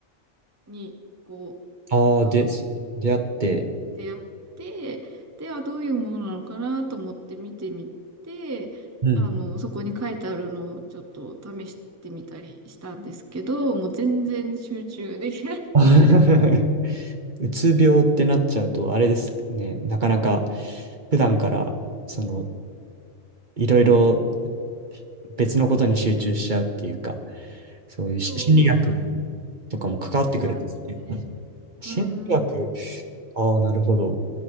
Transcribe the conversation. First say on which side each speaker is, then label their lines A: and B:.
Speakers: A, on the right; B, on the right.
A: に、こ
B: ああ、
A: う、
B: で、
A: あの、
B: 出会って、
A: ってやって、で、はどういうものなのかなと思って見てみて、
B: うん。
A: あの、そこに書いてあるのをちょっと試してみたりしたんですけど、もう全然集中できない。
B: <laughs> うつ病ってなっちゃうと、あれですね、なかなか普段から、その、いろいろ
A: <laughs>
B: 別のことに集中しちゃうっていうか、そういうし心理学
A: そう、
B: とかも関わってくるんですね。
A: そうですね。
B: 心理学、
A: うんうん。
B: ああ、なるほど。